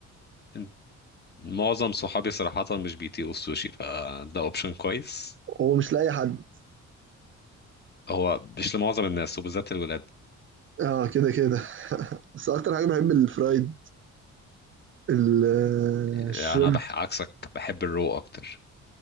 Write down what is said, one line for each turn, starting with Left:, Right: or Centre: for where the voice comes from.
Left: انت- معظم صحابي صراحه مش بيطيقوا السوشي فده اوبشن كويس
Right: هو مش لاي حد
Left: هو مش لمعظم الناس وبالذات الولاد
Right: اه كده كده <laughs> بس اكتر حاجه بحب الفرايد ال- الشrimب
Left: انا بح... عكسك بحب الرو اكتر